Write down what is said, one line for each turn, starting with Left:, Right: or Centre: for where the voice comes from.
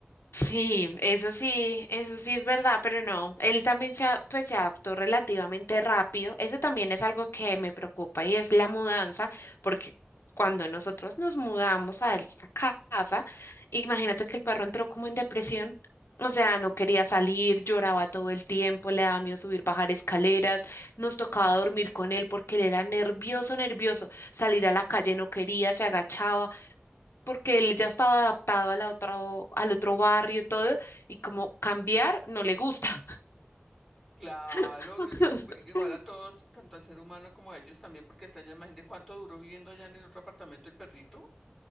Left: Sí, eso sí, eso sí es verdad, pero no, él también se, a- pues, se adaptó relativamente rápido. Eso también es algo que me preocupa y es la mudanza, porque cuando nosotros nos mudamos a esa casa, imagínate que el perro entró como en depresión, o sea, no quería salir, lloraba todo el tiempo, le daba miedo subir, bajar escaleras, nos tocaba dormir con él porque él era nervioso, nervioso, salir a la calle no quería, se agachaba porque él ya estaba adaptado a la otra, al otro barrio y todo, y como cambiar no le gusta.
Centre: Claro,
Left: <laughs>
Centre: i- i- igual a todos, tanto al ser humano como a ellos también, porque está ya, imagínate cuánto duró viviendo allá en el otro apartamento el perrito.